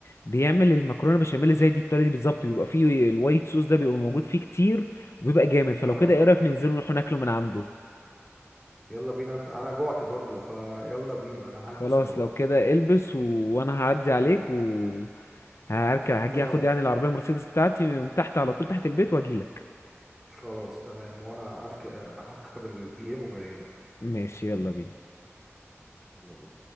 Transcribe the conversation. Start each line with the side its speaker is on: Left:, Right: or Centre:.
Left: بيعمل المكرونه بشاميل زي دي الطريقه دي بالظبط بيبقى فيه الوايت صوص ده بيبقى موجود فيه كتير وبيبقى جامد فلو
Centre: اه
Left: كده ايه رايك ننزل نروح ناكله من عنده
Centre: يلا بينا انت انا جوعت برضو فيلا بينا انا
Left: خلاص
Centre: هلبس و...
Left: لو كده البس و... وانا هعدي عليك و هركب هاجي
Centre: تمام
Left: اخد يعني العربيه مرسيدس بتاعتي من تحت على طول تحت البيت واجيلك
Centre: خلاص تمام وانا أرك... آه، هركب البي ام وجاي لك
Left: ماشي يلا بينا
Centre: يلا بينا